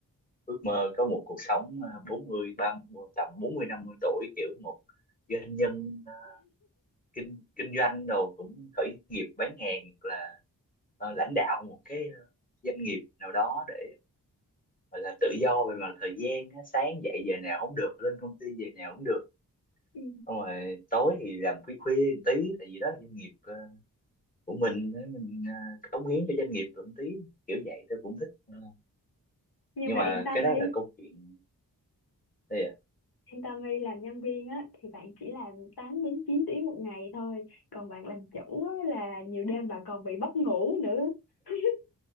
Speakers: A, on the left; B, on the left.
A: ước mơ có một cuộc sống ờ, bốn mươi, ba, 30 tầm bốn mươi năm mươi tuổi kiểu một doanh nhân ờ, kinh kinh doanh đồ cũng khởi nghiệp bán hàng hoặc là ờ, lãnh đạo một cái ờ, doanh nghiệp nào đó để gọi là tự do về mặt thời gian á, sáng dậy giờ nào cũng được lên công ty giờ nào cũng được
B: ừ.
A: xong rồi tối thì làm khuya khuya một tí tại vì đó là doanh nghiệp ờ, của mình á, mình ờ, cống hiến cho doanh nghiệp được một tí kiểu vậy tôi cũng thích Ờ,
B: nhưng
A: nhưng
B: mà
A: mà
B: yên tâm
A: cái
B: đi
A: đó là câu chuyện đây à.
B: Yên tammy làm nhân viên á thì bạn chỉ làm 8 đến 9 tiếng một ngày thôi còn bạn làm chủ á, là nhiều đêm bạn còn bị mất ngủ nữa <laughs>